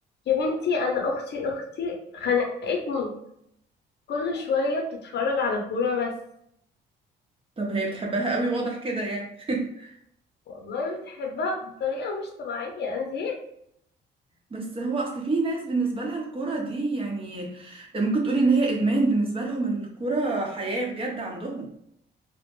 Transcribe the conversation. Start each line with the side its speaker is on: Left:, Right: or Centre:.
Left: يا بنتي انا اختي اختي خنقتني كل شويه بتتفرج على كوره بس
Right: طب هي بتحبها قوي واضح كده يعني <laughs>
Left: والله بتحبها بطريقه مش طبيعيه انا زهقت
Right: بس هو اصل في ناس بالنسبه لها الكوره دي يعني ممكن تقولي ان هي ادمان بالنسبه لهم الكوره حياه بجد عندهم